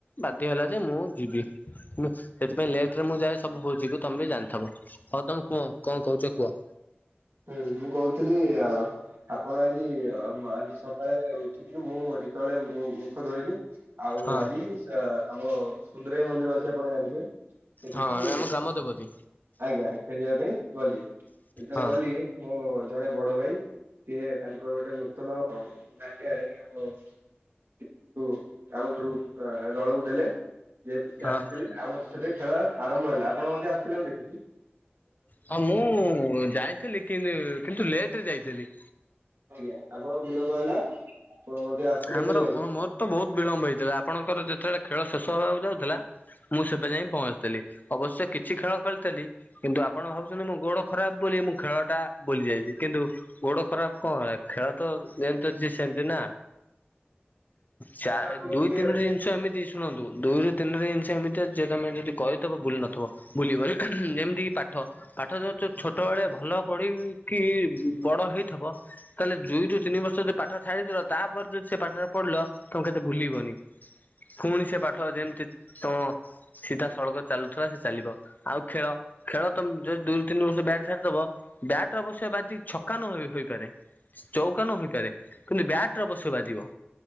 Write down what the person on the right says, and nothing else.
ହୁଁ ମୁଁ କୋହୁଥିଲି ଆ ଆପଣ ଆଜି ଆ ମା ଆଜି ସଖାଳେ ଉ ଠିକି ମୁଁ ଯେତୋବୋଳେ ମୁଁ ମୁଖ ଧୋଇଲି ଆଉ
ଆଜି ସା ଆମ <unintelligible> ମନ୍ଦିର ଅଛି ଆପଣ ଜାଣିଥିବେ ସେଠିକି
ଆଜ୍ଞା ଖେଳିବା ପାଇଁ ଗଲି ଯେତେବେଳେ
ଗଲି ମୋ ଜଣେ ବଡ ଭାଇ ସିଏ ତାଙ୍କର ଗୋଟେ ନୂତନ ଗାଟେ ଆଣିକି ଆମ କିନ୍ତୁ ଆମ ଗ୍ରୁପ ଦଳକୁ ଦେଲେ। ଯେହେତୁ କି
ଆସିଥିଲେ ଆମର ସେଠି ଖେଳ ଆରମ୍ଭ ହେଲା। ଆପଣ ମଧ୍ୟ ଆସିଥିଲେ ମୁଁ ଦେଖିଚି।
ଆଜ୍ଞା ଆପଣ ଆଉ ଦିନ କଣ ହେଲା ଆପଣ ମଧ୍ୟ ଆସିଥିଲେ
ଖେଳିଆକୁ।
ଆପଣ
ଟିକେ